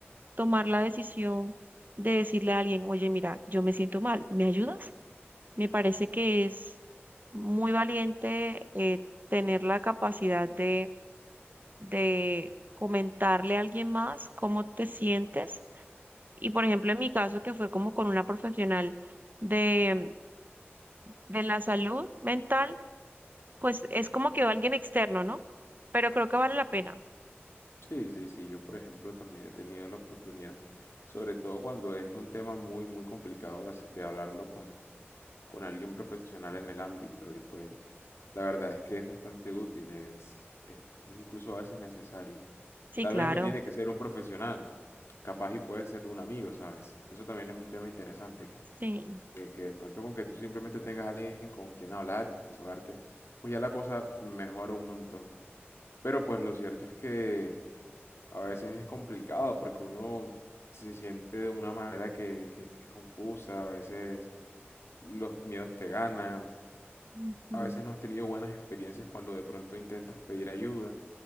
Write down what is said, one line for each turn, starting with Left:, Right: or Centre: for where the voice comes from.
Right: tomar la decisión de decirle a alguien, oye, mira, yo me siento mal, ¿me ayudas? Me parece que es muy valiente eh, tener la capacidad de, de comentarle a alguien más cómo te sientes. Y por ejemplo, en mi caso, que fue como con una profesional de, de la salud mental, pues es como que alguien externo, ¿no? Pero creo que vale la pena.
Left: Sí, sí, sí, yo por ejemplo también he tenido la oportunidad, sobre todo cuando es un tema muy, muy complicado de, hace- de hablarlo con, con alguien profesional en el ámbito y pues la verdad es que es bastante útil, es, es incluso a veces necesario.
Right: Sí,
Left: Tal
Right: claro.
Left: vez no tiene que ser un profesional, capaz y puede ser un amigo, ¿sabes? Eso también es un tema interesante que,
Right: Sí.
Left: que, que de pronto con que tú simplemente tengas alguien con quien hablar, desahogarte, pues ya la cosa mejora un montón. Pero pues lo cierto es que... A veces es complicado porque uno se siente de una manera que, que- que es confusa, a veces los miedos te ganan,
Right: Ujú.
Left: a veces no has tenido buenas experiencias cuando de pronto intentas pedir ayuda